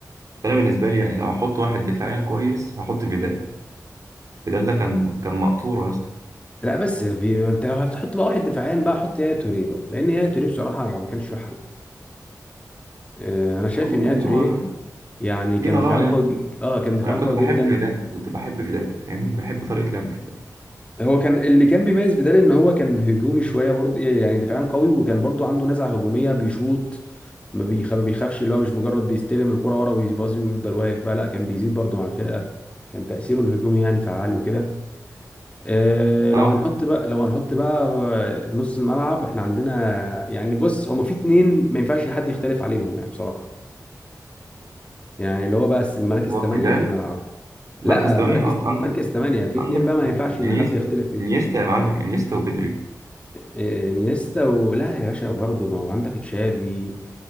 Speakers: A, on the right; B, on the left.
A: فانا بالنسبه لي يعني لو هحط واحد دفاعيا كويس هحط فيدال فيدال ده كان كان مقطورة يا اسطى
B: لا بس في انت لو هتحط بقى واحد دفاعيا بقى حط يا توريه بقى لان يا توريه بصراحه ما كانش له حل آه، انا شايف
A: والله
B: ان يا
A: يعني
B: توريه
A: هو
B: يعني كان
A: دي آراء
B: دفاعيا
A: يعني
B: قوي ج- اه كان دفاعيا
A: أنا كنت
B: قوي
A: بحب
B: جدا
A: فيدال كنت بحب فيدال فاهمني بحب طريقة لعب فيدال
B: هو كان اللي كان بيميز في ده ان هو كان هجومي شويه برضه يعني دفاعيا قوي وكان برضه عنده نزعه هجوميه بيشوط ما بيخ- ما بيخافش اللي هو مش مجرد بيستلم الكرة ورا ويباصي ويفضل واقف بقى لا كان بيزيد برضه مع الفرقه كان تاثيره الهجومي يعني فعال وكده آه،
A: أه
B: لو هنحط بقى لو هنحط بقى في نص الملعب احنا عندنا يعني بص هما في اتنين ما ينفعش إن حد يختلف عليهم يعني بصراحة يعني اللي هو بقى مراكز
A: هو
B: تمانية
A: فيدال
B: في الملعب
A: مركز
B: لا
A: تاني
B: مراكز
A: أه عندك
B: مركز تمانية في
A: عندك
B: اتنين بقى ما ينفعش ان
A: إنيستا
B: حد يختلف فيهم
A: إنيستا يا معلم إنيستا وبدري
B: آه، انيستا و... لا يا باشا برضه ما هو عندك تشافي